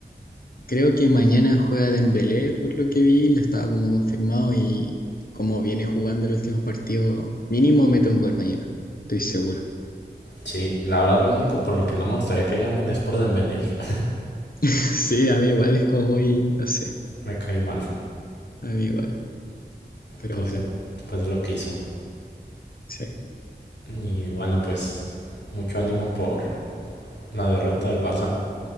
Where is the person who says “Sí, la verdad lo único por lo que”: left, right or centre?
Left